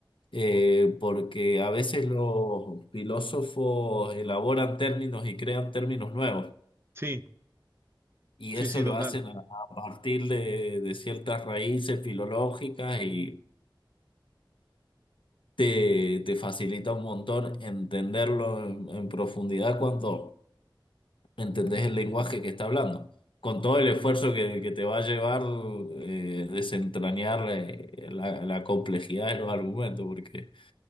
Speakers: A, on the left; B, on the right.
A: eh, porque a veces los filósofos elaboran términos y crean términos nuevos,
B: Sí,
A: y
B: sí,
A: eso
B: sí,
A: lo
B: total.
A: hacen a, a partir de, de ciertas raíces filológicas y te, te facilita un montón entenderlo en en profundidad cuando... entendés el lenguaje que está hablando, con todo el esfuerzo que, que te va a llevar eh, desentrañar eh, la, la complejidad de los argumentos, porque,